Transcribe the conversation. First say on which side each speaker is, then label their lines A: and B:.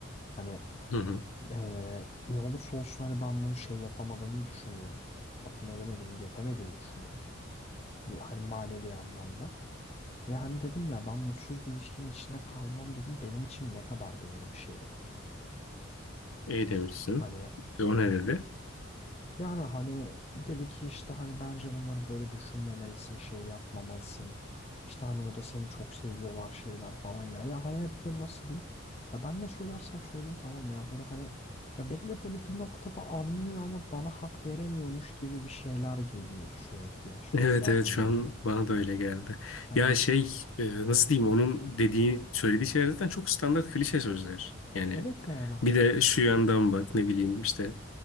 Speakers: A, on the left (about 30°); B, on the left (about 85°).
A: Hani
B: Hı hı.
A: Ee, ne olursa olsun hani ben bunu şey yapamadığımı düşünüyorum. Tatmin edemedim, yetemediğimi düşünüyorum. Bu hani manevi anlamda. Ve hani dedim ya ben mutsuz bir ilişkinin içinde kalmam dedim. Benim için ne kadar doğru bir şey dedim.
B: İyi demişsin.
A: Hani
B: E, o ne dedi?
A: Yani hani dedi ki işte hani bence bunları böyle düşünmemelisin, şey yapmamalısın. İşte hani o da seni çok seviyorlar şeyler falan ya. Ya hani hep böyle nasıl diyeyim? Ya ben ne söylersem söyleyeyim tamam ya. Böyle hani ya beni de böyle bir noktada anlıyor ama bana hak veremiyormuş gibi bir şeyler geliyordu sürekli. Sözler
B: Evet evet
A: duyuyordum.
B: şu an bana da öyle geldi.
A: Hani
B: Ya şey e, nasıl diyeyim onun dediği söylediği şeyler zaten çok standart klişe sözler. Yani
A: evet yani hani
B: bir de şu yandan bak ne bileyim işte